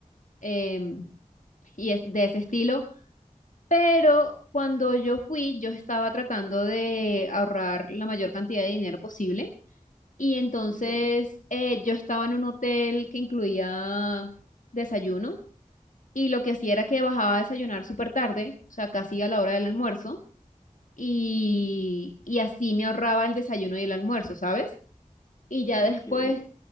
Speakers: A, on the left; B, on the left.
A: em, y es de ese estilo. Pero cuando yo fui, yo estaba tratando de ahorrar la mayor cantidad de dinero posible. Y entonces
B: Ok.
A: eh, yo estaba en un hotel que incluía desayuno y lo que hacía era que bajaba a desayunar súper tarde, o sea, casi a la hora del almuerzo, y,
B: Mm,
A: y así me ahorraba el desayuno y el almuerzo, ¿sabes? Y ya
B: Ok.
A: después,